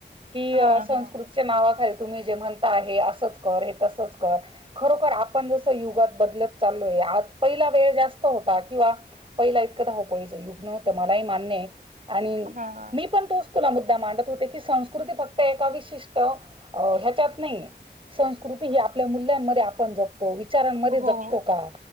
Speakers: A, on the right; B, on the right.
A: कि
B: हा
A: संस्कृतीच्या
B: हा
A: नावा खाली तुम्ही जे म्हणता हे असंच कर हे तसचं कर खरोखर आपण जसे युगात बदलत चालोय आज पहिला वेळ जास्त होता किंवा पहिला इतकं धावपळीचं युग नव्हत मला ही मान्यये आणि
B: हा
A: मी पण तोच तुला मुद्दा मांडत होते की संस्कृती फक्त एका विशिष्ट अ ह्याच्यात नाहीये संस्कृ कितीही आपल्या मुूल्यांमध्ये आपण जगतो विचारांमध्ये
B: हो
A: जगतो का?